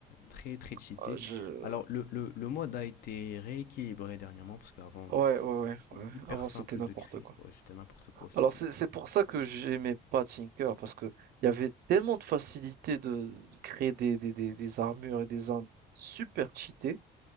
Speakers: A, on the left; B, on the right.
A: très très cheatés.
B: Ah, Je...
A: Alors le, le, le mode a été rééquilibré dernièrement parce qu'avant
B: Ouais,
A: c'était
B: ouais, ouais,
A: c'était
B: ouais.
A: hyper
B: Avant,
A: simple
B: c'était n'importe
A: de créer.
B: quoi.
A: Ouais, c'était n'importe quoi, c'était.
B: Alors, c'est, c'est pour ça que j'aimais pas Tinker, parce que il y avait tellement de facilité de, de créer des, des, des, des armures et des armes super cheatées,